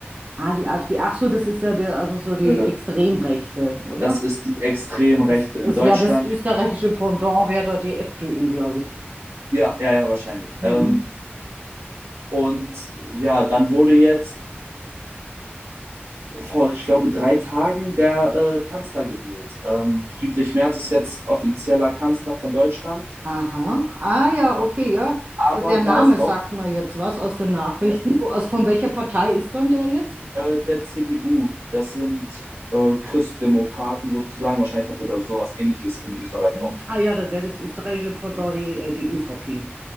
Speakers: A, on the right (about 40°); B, on the right (about 85°).
A: Ah, die AfD. Ach so, das ist ja der, also so die
B: Äh,
A: Extremrechte, oder?
B: das ist die extrem
A: Ja.
B: Rechte
A: Das,
B: in
A: das
B: Deutschland.
A: wäre das österreichische Pendant, wäre da die FPÖ, glaube ich.
B: Ja, ja, ja, wahrscheinlich.
A: Mhm.
B: Ähm, und ja, dann wurde jetzt vor, ich glaube, drei Tagen der äh, Kanzler gewählt. Ähm, Friedrich Merz ist jetzt offizieller Kanzler von Deutschland.
A: Aha. Ah ja, okay, ja.
B: aber
A: Der der
B: da
A: Name
B: ist
A: sagt
B: auch
A: mir jetzt was aus den Nachrichten.
B: ja,
A: Wo, aus, von welcher Partei ist dann der jetzt?
B: äh, der CDU, das sind äh, Christdemokraten sozusagen. Wahrscheinlich habt ihr da sowas Ähnliches in Österreich
A: Mhm.
B: auch.
A: Ah ja, dann wäre das österreichische Pendant die, äh, die ÖVP.